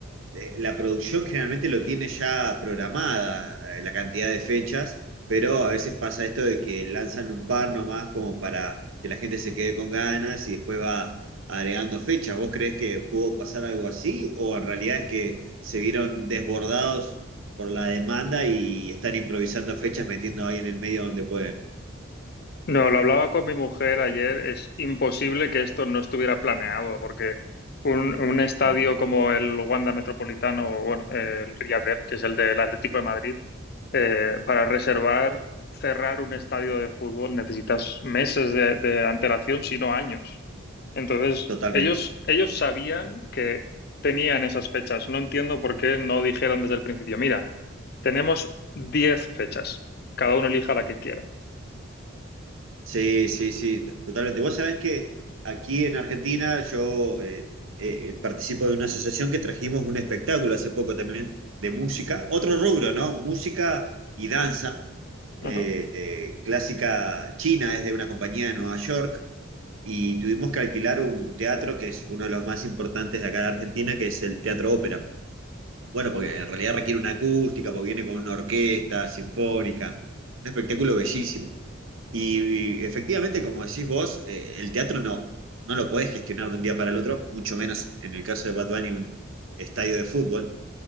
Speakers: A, on the right (about 80°); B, on the left (about 50°).
A: eh, la producción generalmente lo tiene ya programada, eh, la cantidad de fechas, pero a veces pasa esto de que lanzan un par nomás como para que la gente se quede con ganas y después va agregando fechas. ¿Vos creés que pudo pasar algo así o en realidad es que se vieron desbordados por la demanda y están improvisando fechas metiendo ahí en el medio donde pueden?
B: No, lo hablaba con mi mujer ayer. Es imposible que esto no estuviera planeado, porque un, un estadio
A: Mm,
B: como el Wanda Metropolitano, o bueno, el Riad Air, que es el del Atlético de Madrid, eh, para reservar, cerrar un estadio de fútbol necesitas meses de, de antelación, si no años. Entonces,
A: Totalmente.
B: ellos, ellos sabían que tenían esas fechas. No entiendo por qué no dijeron desde el principio, mira, tenemos 10 fechas, cada uno elija la que quiera.
A: Sí, sí, sí, t- totalmente. Vos sabés que aquí en Argentina yo eh, eh, participo de una asociación que trajimos un espectáculo hace poco también de música, otro rubro, ¿no? Música y danza, eh,
B: Ajá.
A: eh, clásica china, es de una compañía de Nueva York, y tuvimos que alquilar un teatro que es uno de los más importantes de acá de Argentina, que es el Teatro Ópera. Bueno, porque en realidad requiere una acústica, porque viene con una orquesta sinfónica, un espectáculo bellísimo. Y, y efectivamente, como decís vos, eh, el teatro no, no lo podés gestionar de un día para el otro, mucho menos en el caso de Bad Bunny, un estadio de fútbol.